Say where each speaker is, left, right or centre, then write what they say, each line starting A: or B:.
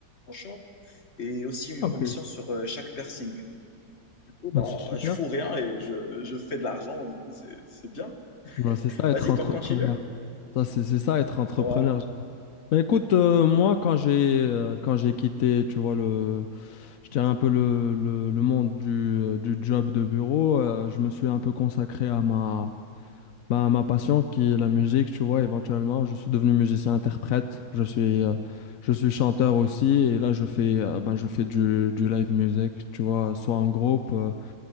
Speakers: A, on the left; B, on the left.
A: mon shop et aussi une
B: Ah,
A: commission
B: ok.
A: sur euh, chaque piercing. Du coup,
B: Bah,
A: bah,
B: c'est super.
A: je fous rien et je, je fais de l'argent. Du coup, c'est, c'est bien.
B: Non, c'est ça être
A: Vas-y,
B: entrepreneur.
A: t'en continues?
B: Ça, c'est c'est ça être entrepreneur.
A: Ouais.
B: Bah écoute, euh, moi quand j'ai euh, quand j'ai quitté, tu vois, le, je dirais un peu le, le, le monde du, euh, du job de bureau, euh, je me suis un peu consacré à ma, bah, à ma passion qui est la musique, tu vois, éventuellement, je suis devenu musicien-interprète, je suis, euh, je suis chanteur aussi, et là je fais, euh, ben, je fais du, du live music, tu vois, soit en groupe, euh,